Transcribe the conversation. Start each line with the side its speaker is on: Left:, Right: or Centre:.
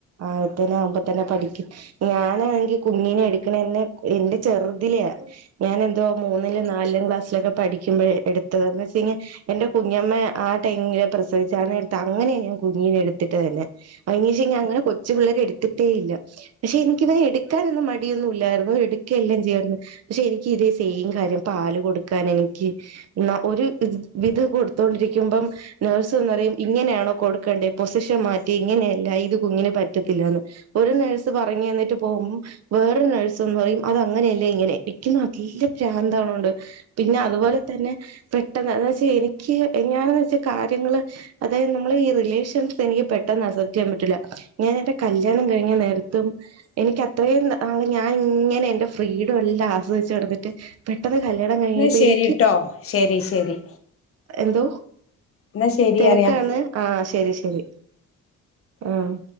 Right: ആതിനകുമ്പോ തന്നെ പഠിക്കും. ഞാനാണെങ്കിൽ കുഞ്ഞിനെ എടുക്കണെന്നെ എന്റെ ചെറുതിലാ ഞാൻ എന്തോ മൂന്നില് നാലാം ക്ലാസ്സിലൊക്കെ പഠിക്കുമ്പോ എടുത്തതാ ന്ന് വെച്ചയ്ഞ്ഞാ എന്റെ കുഞ്ഞമ്മ ആ ടൈമില് പ്രസവിച്ചാ അങ്ങനെ ഞാൻ കുഞ്ഞിനെ എടുത്തിട്ട് തന്നെ. അയന് ഷം ഞാ അങ്ങനെ കൊച്ചു പിള്ളേരെ എടുത്തിട്ടേ ഇല്ല പക്ഷെ എനിക്കിവനെ എടുക്കാനൊന്നും മടി ടി ഒന്നും ഇല്ലായിരുന്നു എടുക്കെല്ലാം ചെയ്യരുന്നു പക്ഷെ എനിക്ക് ഇതേ സെയിം കാര്യം പാൽ കൊടുക്കാൻ എനിക്ക് ന്ന ഒരു വിധം കൊടുത്തോണ്ടിരിക്കുമ്പം നേഴ്സ് വന്ന് പറയും. ഇങ്ങനെയാണോ കൊടുക്കേണ്ടേ പൊസിഷൻ മാറ്റി ഇങ്ങനെയല്ല ഇത് കുഞ്ഞിന് പറ്റത്തില്ലന്ന് ഒരു നേഴ്സ് പറയ് ഞ് തന്നിട്ട് പോകും വേറെ നെയ്‌സ് വന്ന്‌ പറയും അത് അങ്ങനെയല്ല ഇങ്ങനെ ഇക്ക് നല്ല ഭ്രാന്താവ്ണുണ്ട്. പിന്നെ അതുപോലെ തന്നെ പെട്ടെന്ന് എന്ന് വെച്ചാ എനിക്ക് ഞാൻ വെച്ചാ കാര്യങ്ങള്. അതായത് നമ്മൾ ഈ റിലേഷൻസ് എനിക്ക് പെട്ടെന്ന് അസെപ്റ്റ് ചെയ്യാൻ പറ്റില്ല ഞാൻ എന്റെ കല്യാണം കഴിഞ്ഞ നേരത്തും എനിക്ക് അത്രയും നാള് ഞാൻ ഇങ്ങനെ എന്റെ ഫ്രീഡം എല്ലാം ആസ്വദിച്ച് നടന്നിട്ട് പെട്ട ന്ന് കല്യാണം കഴിഞ്ഞപ്പോ
Left: എന്നാ ശരിട്ടോ
Right: എനിക്ക്
Left: ശരി ശരി
Right: എന്തോ?
Left: എന്നാ ശരി
Right: തെരക്കാണ്
Left: അറിയാം
Right: ആ ശെരി ശെരി. ആഹ്